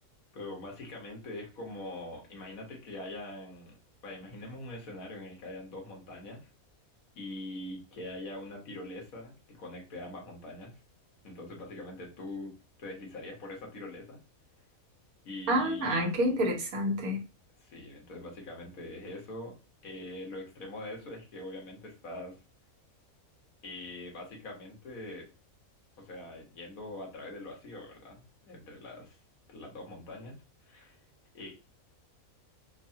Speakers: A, on the left; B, on the right.
A: pero básicamente es como, imagínate que hayan, vaya, imaginemos un escenario en el que hayan dos montañas y que haya una tirolesa que conecte ambas montañas. Entonces, básicamente tú te deslizarías por esa tirolesa. Y
B: Ah, qué interesante.
A: sí, entonces básicamente es eso. Eh, lo extremo de eso es que obviamente estás eh, básicamente, o sea, yendo a través del vacío, ¿verdad? Entre las, las dos montañas. Eh,